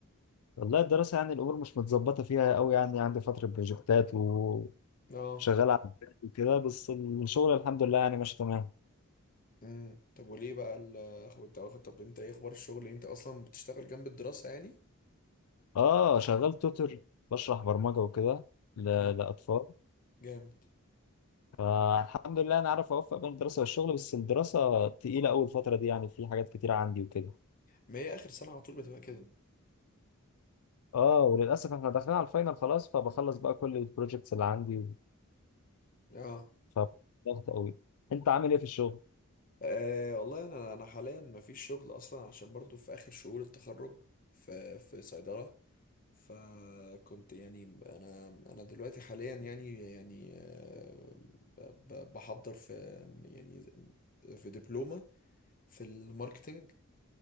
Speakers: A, on the left; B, on the left.
A: والله الدراسه يعني الامور مش متظبطه فيها قوي يعني عندي فتره بروجكتات وشغال
B: اه
A: على البيت وكده بس الشغل الحمد لله يعني ماشي تمام
B: امم طب وليه بقى ال- اخو انت واخد طب انت ايه اخبار الشغل انت اصلا بتشتغل جنب الدراسة يعني
A: اه شغال توتر بشرح برمجه وكده ل-
B: جامد
A: لاطفال
B: جامد
A: فالحمد لله انا عارف اوفق بين الدراسه والشغل بس الدراسه تقيله اول فتره دي يعني في حاجات كتيره عندي وكده
B: ما هي اخر سنة على طول بتبقى كده
A: اه وللاسف احنا داخلين على الفاينل خلاص فبخلص بقى كل البروجكتس اللي عندي
B: اه
A: فضغط قوي انت عامل ايه في الشغل
B: أه والله انا انا حاليا ما فيش شغل اصلا عشان برضو في اخر شهور التخرج في في صيدله فكنت يعني انا انا دلوقتي حاليا يعني يعني آه، ب- ب- بحضر في يعني في دبلومه في الماركتنج